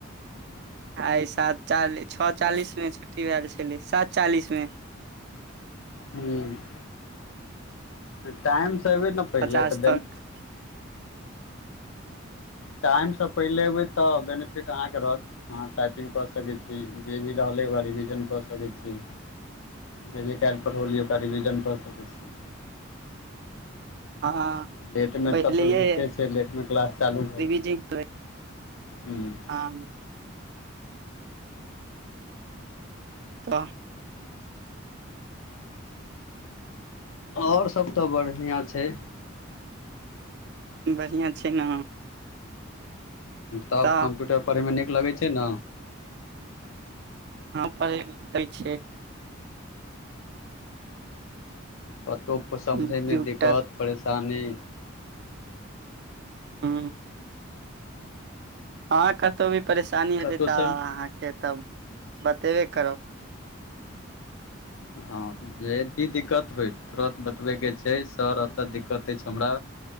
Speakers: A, on the right; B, on the left.
A: आइ सात चालीस छओ चालीस मे छुट्टी भेल छलै सात चालिस मे
B: हैं टाइमसँ बे ने पहिले
A: पचास
B: तऽ
A: तक
B: टाइमसँ पहिले अयबै तऽ बेनिफिट अहाँकेँ रहत ह टाइपिंग कऽ सकैत छी जे भी रहलै ओकरा रिविजन कऽ सकैत छी जे भी काल्हि पढ़लिय ओकरा रिविजन कऽ सके छी
A: हँ
B: लेट मे
A: पहिलैये
B: तऽ बे छै लेट मे क्लास चालू भेल
A: <unintelligible>
B: हूँ।
A: हैं तऽ।
B: ओर सभ तऽ बढ़िआ छै
A: बढ़िआ छै ने
B: तब
A: तऽ
B: कम्प्यूटर पढ़ैमे नीक लगै छै ने
A: ह पढ़ै लिखै छियै
B: कतहु समझैमे
A: कम्प्यूटर
B: दिक्कत परेशानी।
A: हु ह कतौ भी परेशानी हेतै
B: कतहुसँ
A: तऽ अहाँकेँ तब बतेबे करब
B: ह जे भी दिक्कत ह तुरत बतबयके छै सर एतय दिक्कत अछि हमरा